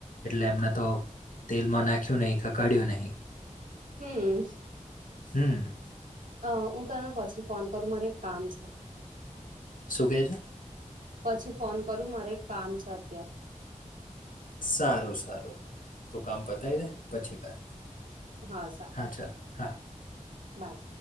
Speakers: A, on the left; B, on the right.
A: એટલે એમને તો તેલમાં નાખ્યું નહીં કે કાઢ્યું નહી
B: હમ
A: હમ
B: અ હું તને પછી ફોન કરું મારે એક કામ છે.
A: શું કેહે છે?
B: પછી ફોન કરું મારે એક કામ છે અત્યારે
A: સારું સારું તું કામ પતાવી દે પછી કર
B: હા સારુ.
A: અચ્છા હા.
B: બાય.